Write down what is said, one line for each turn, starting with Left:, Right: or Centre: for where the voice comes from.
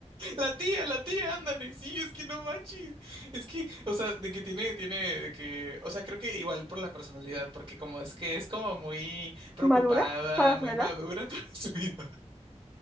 Right: La tía, la tía, ándale, sí, es que no manches. Es que, o sea, de que tiene, tiene, de que, o sea, creo que igual por la personalidad, porque como es que es como muy preocupada,
Centre: ¿Madura? ¿Para
Right: muy
Centre: su edad?
Right: madura <laughs> para su edad,